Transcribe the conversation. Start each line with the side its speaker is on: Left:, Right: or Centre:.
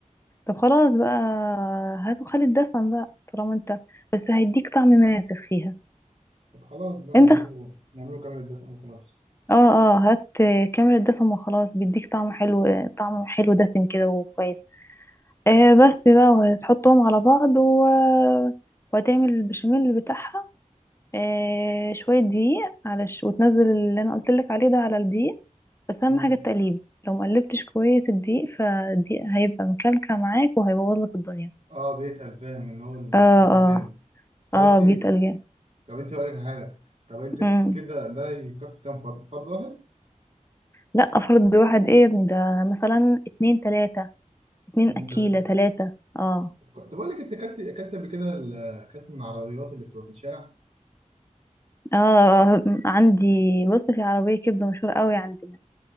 Left: طب خلاص بقى هات وخلي الدسم بقى طالما انت بس هيديك طعم ماسخ فيها
Right: طب خلاص بقى
Left: انت
Right: نعمله نعمله كامل الدسم وخلاص
Left: اه اه هات كاميرا دسم وخلاص بيديك طعم حلو طعم حلو دسم كده وكويس آه بس بقى وهتحطهم على بعض و... وهتعمل البشاميل بتاعها آه شوية دقيق على ش... وتنزل اللي انا قلت لك عليه ده على الدقيق بس اهم
Right: مم.
Left: حاجة التقليب لو مقلبتش كويس الدقيق فالدقيق هيبقى مكلكع معاك وهيبوظ لك الدنيا
Right: اه بيتقل فاهم ان هو اللي
Left: اه
Right: بيتقل
Left: اه
Right: جامد طب
Left: اه
Right: انت
Left: بيتقل جامد
Right: طب انت اقول لك حاجه طب انت
Left: مم.
Right: كده ده يكفي كام فرد فرد واحد
Left: لا فرد واحد ايه يا ابني ده مثلا اتنين تلاتة اتنين
Right: اتنين
Left: اكيلة
Right: تلاته
Left: تلاتة اه
Right: طب اقول لك انت اكلت اكلت قبل كده ال- اكلت من العربيات اللي بتبقى في الشارع
Left: اه عندي بص في عربية كبدة مشهورة قوي عندنا